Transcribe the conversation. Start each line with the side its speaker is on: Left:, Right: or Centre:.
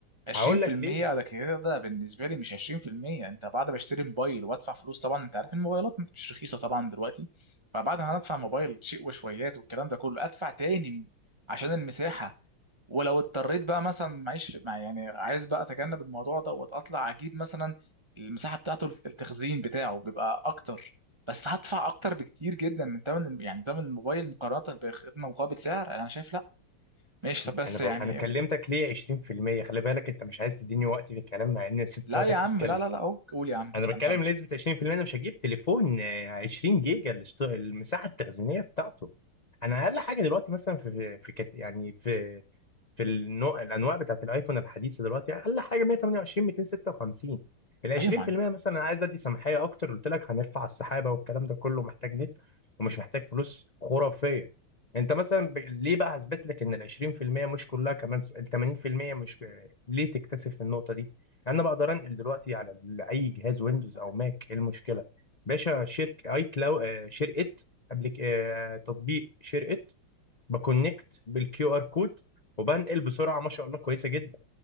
Right: 20%
Left: هقول لك ليه
Right: على كده ده بالنسبه لي مش 20% انت بعد ما اشتري موبايل وادفع فلوس طبعا انت عارف الموبايلات مش رخيصه طبعا دلوقتي فبعد ما هندفع موبايل شيء وشويات والكلام ده كله ادفع تاني عشان المساحه ولو اضطريت بقى مثلا معيش مع يعني عايز بقى اتجنب الموضوع ده واطلع اجيب مثلا المساحه بتاعته التخزين بتاعه بيبقى اكتر بس هدفع اكتر بكتير جدا من ثمن يعني ثمن الموبايل مقارنه بخدمه مقابل سعر انا شايف لا ماشي
Left: م-
Right: طب بس
Left: انا ب...
Right: يعني
Left: انا كلمتك ليه 20% خلي بالك انت مش عايز تديني وقت في الكلام مع اني سبت
Right: لا
Left: وقتك
Right: يا عم
Left: تتكلم
Right: لا لا لا اهو قول يا عم
Left: انا بتكلم
Right: انا سامع
Left: نسبة 20% انا مش هجيب تليفون آه، 20 جيجا الاست- المساحة التخزينية بتاعته انا اقل حاجة دلوقتي مثلا في في كت... يعني في في النوع الانواع بتاعت الايفون الحديثه دلوقتي اقل حاجه 128 256 ال 20%
Right: ايوه ما
Left: مثلا انا عايز ادي سماحيه اكتر قلت لك هنرفع السحابه والكلام ده كله محتاج نت ومش محتاج فلوس خرافيه انت مثلا ب... ليه بقى هثبت لك ان ال 20% مش كلها كمان س- ال 80% مش في... ليه تكتسب في النقطه دي انا بقدر انقل دلوقتي على ال- اي جهاز ويندوز او ماك ايه المشكله باشا شركه اي كلاو آه، شركه قبل ك- آه، تطبيق شركه بكونكت بالكيو ار كود وبنقل بسرعه ما شاء الله كويسه جدا